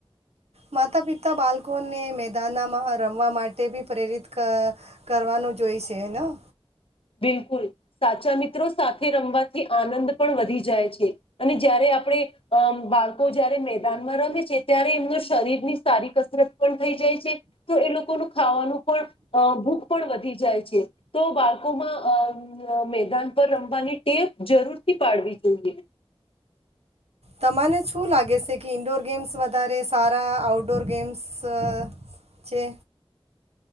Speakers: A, on the right; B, on the left.
A: માતા-પિતા બાલ્કોને મેદાાનામાં રમવા માટે બી પ્રેરિત ક કરવાનું જોઈસે ના.
B: બિલકુલ, સાચા મિત્રો સાથે રમવાથી આનંદ પણ વધી જાય છે અને જયારે આપણે અ બાળકો જયારે મેદાનમાં રમે છે ત્યારે એમના શરીરની સારી કસરત પણ થઈ જાય છે તો એ લોકોનું ખાવાનું પણ અ ભૂખ પણ વધી જાય છે તો બાલ ળકોમા અમ અ મેદાન પર રમવાની ટેવ જરૂરથી પાડવી જોઈએ.
A: તમાને શું લાગે સે કી ઈન્ડોર ગેમ્સ વધારે સારા આઉટડોર ગેમ્સ અ છે.